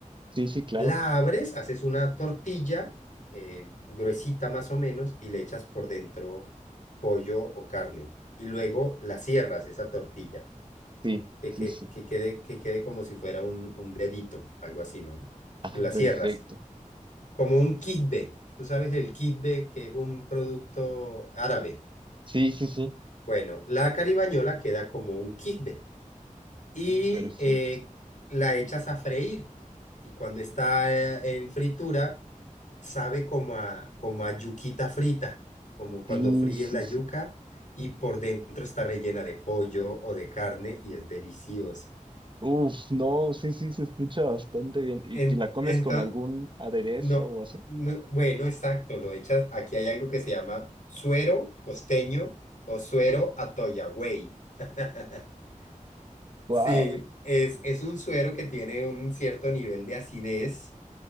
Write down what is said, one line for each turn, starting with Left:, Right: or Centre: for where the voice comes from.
Right: sí, sí, claro.
Left: la abres, haces una tortilla eh, gruesita más o menos y le echas por dentro pollo o carne. Y luego la cierras, esa tortilla,
Right: Sí,
Left: que,
Right: sí,
Left: que,
Right: sí.
Left: que quede, que quede como si fuera un, un dedito, algo así, ¿no?
Right: Ah,
Left: Y la
Right: perfecto.
Left: cierras, como un quisbe. Tú sabes el quisbe, que es un producto árabe.
Right: Sí, sí, sí.
Left: Bueno, la caribañola queda como un quisbe. Y
Right: Ah, perfecto.
Left: eh, la echas a freír. Y cuando está eh, en fritura sabe como a, como a yuquita frita, como cuando
Right: Sí,
Left: fríes
Right: sí,
Left: la yuca
Right: sí.
Left: y por dentro está rellena de pollo o de carne y es deliciosa.
Right: Uf, no, sí, sí, se escucha bastante bien. ¿Y,
Left: entonces,
Right: y la comes con algún aderezo
Left: no,
Right: o así?
Left: no, bueno, exacto, lo echas, aquí hay algo que se llama suero costeño o suero atoyagüey. <laughs>
Right: Wow.
Left: Sí, es, es un suero que tiene un cierto nivel de acidez